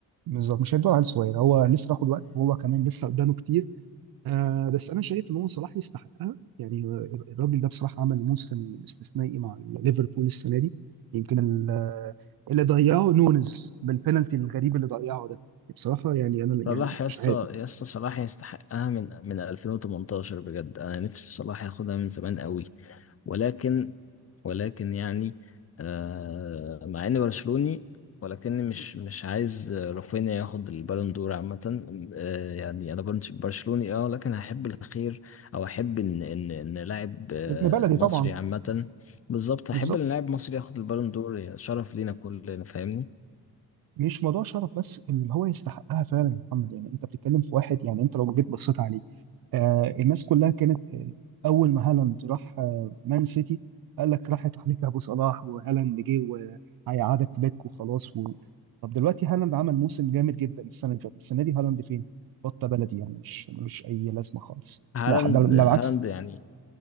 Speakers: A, on the right; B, on the left.
A: بالظبط مش هيدور على عيل صغير هو لسه هياخد وقت وهو كمان لسه قدامه كتير آه بس انا شايف ان هو صلاح يستحقها يعني الراجل ده بصراحه عمل موسم استثنائي مع ليفربول السنه دي يمكن ال- اللي ضيعه نونز بالبينالتي الغريب اللي ضيعه ده بصراحه يعني انا يعني
B: صلاح يا
A: مش
B: اسطى
A: عارف
B: يا اسطى صلاح يستحقها من من 2018 بجد انا نفسي صلاح ياخدها من زمان قوي ولكن ولكن يعني آه مع اني برشلوني ولكني مش مش عايز رافينيا ياخد البالون دور عامة آه يعني انا برنس- برشلوني اه لكن هحب الخير او احب ان ان ان لاعب آه
A: ابن بلدي
B: مصري
A: طبعا
B: عامة بالظبط احب
A: بالظبط
B: ان لاعب مصري ياخد البالون دور شرف لينا كلنا فاهمني
A: مش موضوع شرف بس اللي هو يستحقها فعلا يا محمد يعني انت بتتكلم في واحد يعني انت لو جيت بصيت عليه آه، الناس كلها كانت آه، اول ما هالاند راح آه، مان سيتي قال لك راحت عليك ابو صلاح وهالاند جه وهيقعدك في دك وخلاص و... طب دلوقتي هالاند عمل موسم جامد جدا السنه اللي فاتت السنه دي هالاند فين؟ بطه بلدي يعني مش ملوش اي لازمه خالص
B: هالاند
A: لا ده ده بالعكس
B: هالاند يعني